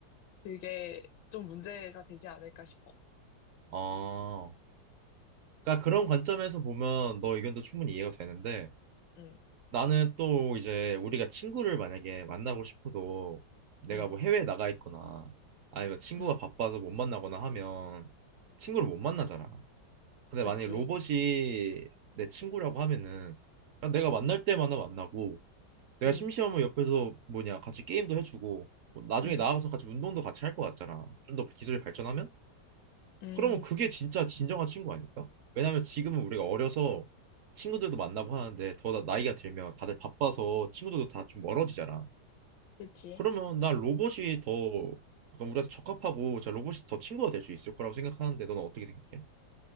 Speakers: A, on the left (about 80°); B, on the right (about 60°).
A: 그게 좀 문제가 되지 않을까 싶어.
B: 어. 그러니까 그런 관점에서 보면 너 의견도 충분히 이해가 되는데
A: 응,
B: 나는 또 이제 우리가 친구를 만약에 만나고 싶어도 내가
A: 응,
B: 뭐 해외에 나가 있거나 아니면 친구가
A: 응.
B: 바빠서 못 만나거나 하면 친구를 못 만나잖아. 근데
A: 그치.
B: 만약에 로봇이 내 친구라고 하면은 그냥 내가 만날 때마다 만나고 내가
A: 응,
B: 심심하면 옆에서 뭐냐 같이 게임도 해주고 뭐 나중에
A: 응,
B: 나아가서 같이 운동도 같이 할 것 같잖아. 좀 더 기술이 발전하면?
A: 음,
B: 그러면 그게 진짜 진정한 친구 아닐까? 왜냐면 지금은 우리가 어려서 친구들도 만나고 하는데 더 나- 나이가 들면 다들 바빠서 친구들도 다 좀 멀어지잖아.
A: 그치.
B: 그러면 난 로봇이 더 약간 우리한테 적합하고 자 로봇이 더 친구가 될 수 있을 거라고 생각하는데 너는 어떻게 생각해?